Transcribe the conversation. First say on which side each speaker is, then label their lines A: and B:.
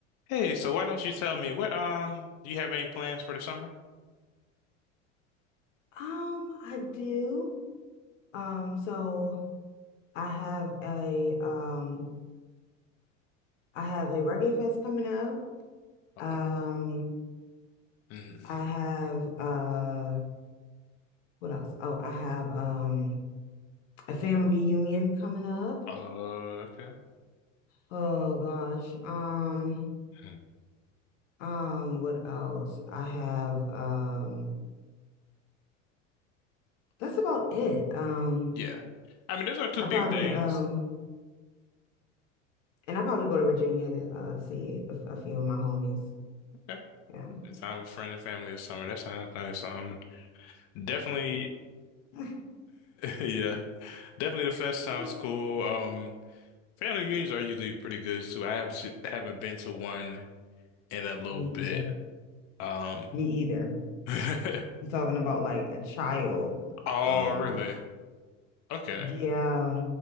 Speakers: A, on the left (about 40°); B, on the left (about 70°).
A: Hey, so why don't you tell me what um do you have any plans for the summer?
B: Um, I do. Um, so I have a um I have a Reggae Fest coming up.
A: Uh,
B: Um,
A: mm,
B: I have uh what else? Oh, I have um a family reunion coming up.
A: uh, okay.
B: Oh gosh. Um,
A: Hmm.
B: um, what else? I have um that's about it. Um,
A: Yeah. I mean, those are two
B: I
A: big
B: probably
A: things.
B: um and I probably go to Virginia to uh see a, a few of my homies.
A: Okay.
B: Yeah.
A: The time with friends and family this summer. That sounds nice. Um, definitely <laughs>
B: Yeah.
A: yeah. Definitely the fest sounds
B: <laughs>
A: cool. Um, family reunions are usually pretty good too. I haven't s- haven't been to one in a little
B: Me
A: bit.
B: either.
A: Um
B: Me either.
A: <laughs>
B: You're talking about like a child.
A: Oh,
B: Um,
A: really? Okay.
B: yeah.